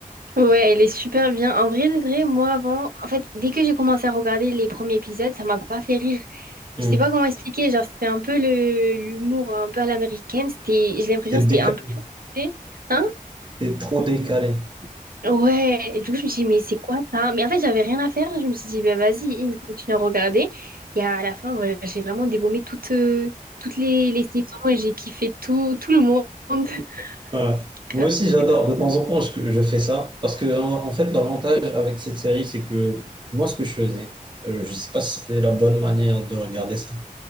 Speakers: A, on the right (about 85°); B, on the right (about 30°).
A: Ouais, elle est super bien. En vrai, de vrai, moi avant, en fait, dès que j'ai commencé à regarder les premiers épisodes, ça m'a pas fait rire.
B: Hmm.
A: Je sais pas comment expliquer, genre c'était un peu le l'humour un peu à l'américaine, c'était j'ai l'impression
B: C'est
A: que c'était
B: décalé,
A: un peu forcé. Hein?
B: c'est trop décalé.
A: Ouais, et du coup je me suis dit mais c'est quoi ça? Mais en fait, j'avais rien à faire, je me suis dit bah vas-y, continue à regarder. Et à la fin, voilà, j'ai vraiment dégommé toutes euh, toutes les, les saisons et j'ai kiffé tout tout le monde. <laughs>
B: Ouais.
A: Grave,
B: Moi aussi, j'adore.
A: C'était trop
B: De temps
A: bien.
B: en temps, je, je fais ça. Parce que, en, en fait, l'avantage avec cette série, c'est que moi, ce que je faisais, euh, je sais pas si c'était la bonne manière de regarder ça,